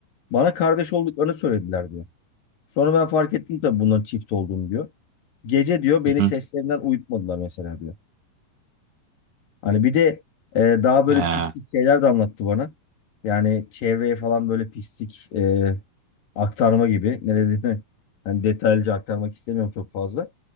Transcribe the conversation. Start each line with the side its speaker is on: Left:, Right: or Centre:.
Left: Bana kardeş olduklarını söylediler diyor. Sonra ben fark ettim tabii bunların çift olduğunu diyor. Gece diyor beni
Right: Hı
Left: seslerinden
Right: hı.
Left: uyutmadılar mesela diyor. Hani bir de e, daha böyle
Right: Ee,
Left: pis pis şeyler de anlattı bana. Yani çevreye falan böyle pislik e, aktarma gibi. Ne dediğimi hani detaylıca aktarmak istemiyorum çok fazla.